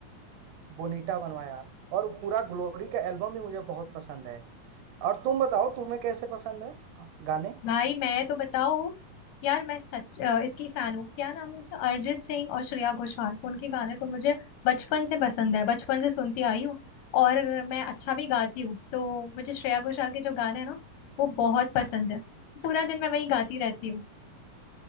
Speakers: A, on the right; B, on the left.
A: बोनीटा बनवाया और पूरा ग्लोरी का एल्बम ही मुझे बहुत पसंद है और तुम बताओ तुम्हें कैसे पसंद है गाने
B: भाई मैं तो बताओ यार मैं सच अ, इसकी फैन हूँ क्या नाम है उसका अरिजीत सिंह और श्रेया घोषाल उनके गाने तो मुझे बचपन से पसंद है बचपन से सुनती आई हूँ और मैं अच्छा भी गाती हूँ तो मुझे श्रेया घोषाल के जो गाने हैं ना वो बहुत पसंद है पूरा दिन मैं वही गाती रहती हूँ